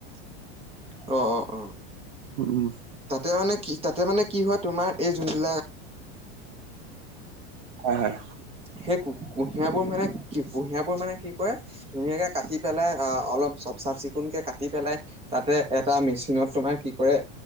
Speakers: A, on the right; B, on the right.
A: অ অ অ
B: উম উম
A: তাতে মানে কি তাতে মানে কি হয় তোমাৰ এই যোনবিলাক
B: হয় হয়
A: সেই ক কুঁহিয়াবোৰ মানে কি কুঁহিয়াবোৰ মানে কি কৰে? ধুনীয়াকে কাটি পেলাই অ অলপ চফ চাফ চিকুণকে কাটি পেলাই তাতে এটা মেচিনত তোমাৰ কি কৰে,